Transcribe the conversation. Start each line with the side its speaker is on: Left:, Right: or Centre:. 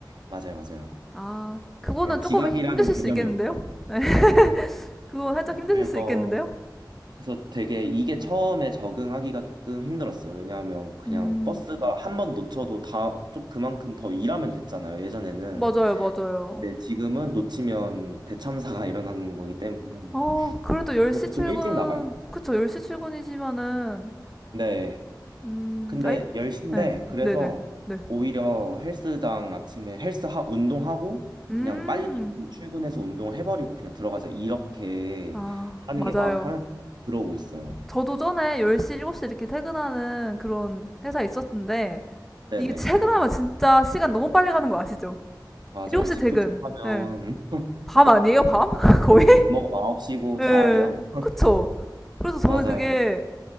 Right: 맞아요, 맞아요.
Centre: 아, 그거는
Right: 그냥 지각이라는
Centre: 조금 힘- 힘드실
Right: 개념이
Centre: 수 있겠는데요?
Right: 없어요.
Centre: <laughs> 네, 그거 살짝 힘드실
Right: 그래서
Centre: 수 있겠는데요?
Right: 그래서 되게 이게 처음에 적응하기가 조금 힘들었어요. 왜냐하면 그냥
Centre: 음,
Right: 버스가 한 번 놓쳐도 다, 좀 그만큼 더 일하면 됐잖아요. 예전에는.
Centre: 맞아요, 맞아요.
Right: 근데 지금은 놓치면 대참사가 <laughs> 일어나는 거기 때문에.
Centre: 어, 그래도 10시
Right: 그래서
Centre: 출근,
Right: 좀 일찍 나가요.
Centre: 그쵸, 10시 출근이시면은,
Right: 네.
Centre: 음,
Right: 근데
Centre: 아이,
Right: 10시인데,
Centre: 네,
Right: 그래서
Centre: 네네, 네. 네.
Right: 오히려 헬스장 아침에 헬스 하, 운동하고,
Centre: 음,
Right: 그냥 빨리 출근해서 운동을 해버리고 그냥 들어가자. 이렇게
Centre: 아,
Right: 하는
Centre: 맞아요.
Right: 게 마음 편할 것 같아요. 그러고 있어요.
Centre: 저도 전에 10시, 7시 이렇게 퇴근하는 그런 회사 있었는데,
Right: 네네.
Centre: 이게 퇴근하면 진짜 시간 너무 빨리 가는 거 아시죠?
Right: 맞아요.
Centre: 7시
Right: 집
Centre: 퇴근,
Right: 도착하면
Centre: 네. 밤 아니에요, 밤? <laughs>
Right: 여기고
Centre: 거의?
Right: 밥 먹으면 9시고
Centre: 예,
Right: 자야 돼요.
Centre: 그쵸. 그래서 저는
Right: 맞아요.
Centre: 그게